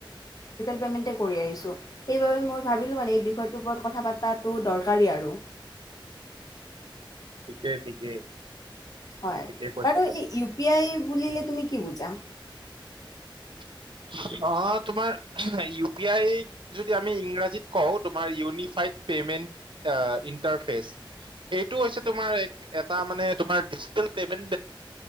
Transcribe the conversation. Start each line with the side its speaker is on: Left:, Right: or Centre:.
Left: পেমেণ্টতে কৰি আহিছোঁ সেইবাবে মই ভাবিলোঁ মানে এই বিষয়টোৰ ওপৰত কথা পাতাটো দৰকাৰী আৰু
Right: ঠিকেই ঠিকেই
Left: হয়
Right: ঠিকেই কৈছা
Left: বাৰু
Right: তুমি।
Left: এই ইউ পি আই বুলিলে। তুমি কি বুজা
Right: অ তোমাৰ ইউ পি আই যদি আমি ইংৰাজীত কওঁ তোমাৰ ইউনিফাইড পেমেন্ট ইটাৰেচ এইটো হৈছে তোমাৰ এটা মানিজি পেমেন্ট